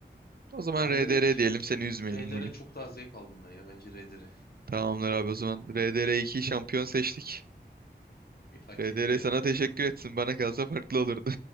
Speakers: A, on the right; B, on the left.
A: O zaman
B: Elden
A: RDR
B: Ring
A: diyelim seni üzmeyelim
B: RDR
A: bugün.
B: çok daha zevk aldım ben ya. Bence RDR <laughs>
A: Tamamdır abi o zaman RDR 2 şampiyon seçtik.
B: hak
A: RDR
B: etti ya.
A: sana teşekkür etsin. Bana kalsa farklı olurdu.